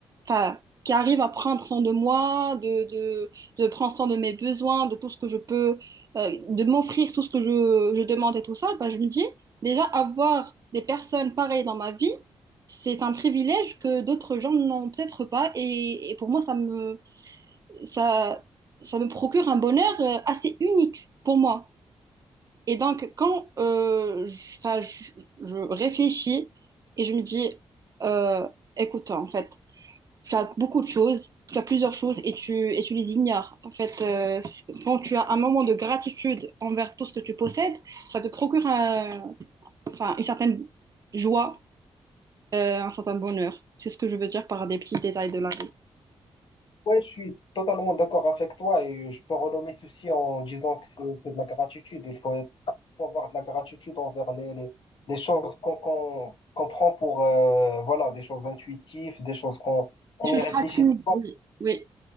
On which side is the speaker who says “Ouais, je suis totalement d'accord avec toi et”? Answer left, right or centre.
Left